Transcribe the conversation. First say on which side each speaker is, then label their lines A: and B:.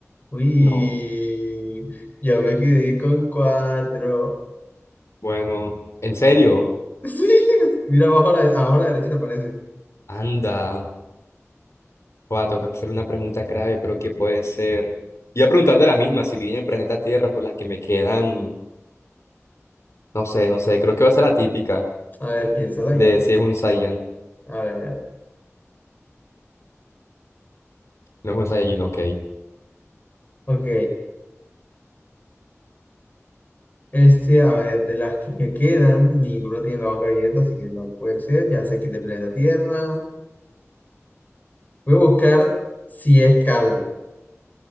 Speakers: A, on the left (about 35°); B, on the left (about 65°).
A: Uy,
B: no.
A: ya me quedé con cuatro. <laughs>
B: Bueno, ¿en serio?
A: Sí. Mira, abajo a la, abajo a la derecha te aparece.
B: Anda. Guau, tengo que hacer una pregunta grave, pero que puede ser? Iba a preguntar de la misma, si viví en el planeta Tierra, pues las que me quedan, no sé, no sé, creo que va a ser la típica
A: A ver, piénsala
B: de
A: bien.
B: si es un Saiyan,
A: A ver.
B: no es un Saiyajin, ok.
A: Ok. Este, a ver, de las que me quedan, ninguna tiene la boca abierta, así que no puede ser. Ya sé que es del planeta Tierra. Voy a buscar si es calvo.